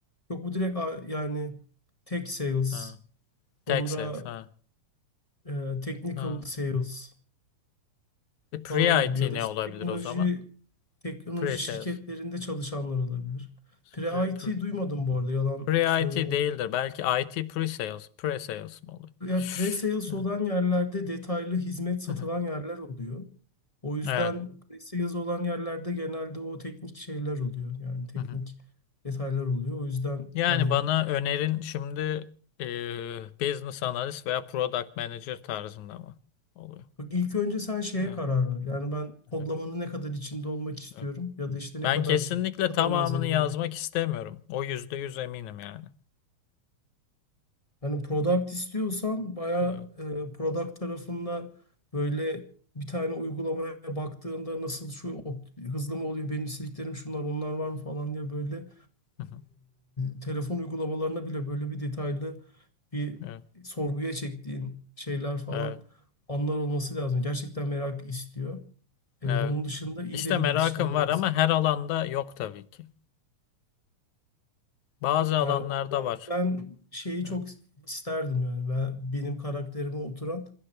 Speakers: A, on the left; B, on the left.
A: Yok bu direkt a- yani tech sales,
B: Ha.
A: sonra
B: Tech sales. Ha.
A: e, technical
B: Ha.
A: sales
B: E, pre-IT
A: falan gibi ya da
B: ne
A: işte
B: olabilir
A: teknoloji
B: o zaman?
A: Teknoloji
B: Pre-sales.
A: şirketlerinde çalışanlar olabilir. Pre-IT
B: Pre,
A: duymadım bu arada yalan
B: pre,
A: söylemek.
B: pre-IT değildir. Belki IT pre-sales. Pre-sales mi olur?
A: Ya pre-sales
B: Evet.
A: olan yerlerde detaylı hizmet satılan
B: Hı hı.
A: yerler oluyor. O yüzden
B: Evet.
A: pre-sales olan yerlerde genelde o teknik şeyler oluyor. Yani teknik
B: Hı hı.
A: detaylar oluyor. O yüzden
B: Yani
A: yani
B: bana önerin şimdi e, business analyst veya product manager tarzında mı oluyor?
A: bak ilk önce sen şeye
B: Evet.
A: karar ver. Yani ben kodlamanın
B: Hı hı.
A: ne kadar içinde olmak istiyorum
B: Evet.
A: ya da işte ne
B: Ben
A: kadar
B: kesinlikle
A: ne kadarından
B: tamamını
A: zevk
B: yazmak
A: alıyorum.
B: istemiyorum. O yüzde yüz eminim yani.
A: Hani product istiyorsan bayağı
B: Evet.
A: e, product tarafında böyle bir tane uygulamaya baktığında nasıl şu op- hızlı mı oluyor benim istediklerim şunlar onlar var mı falan diye böyle
B: Hı hı.
A: e, telefon uygulamalarına bile böyle bir detaylı bir
B: Evet.
A: sorguya çektiğin şeyler falan
B: Evet.
A: anlar olması lazım. Gerçekten merak istiyor. E,
B: Evet.
A: onun dışında iyi
B: İşte
A: de bir
B: merakım
A: iletişimin olması
B: var ama her alanda yok tabii ki. Bazı alanlarda
A: Yani orada
B: var.
A: ben şeyi çok
B: Hı.
A: isterdim yani ben benim karakterime oturan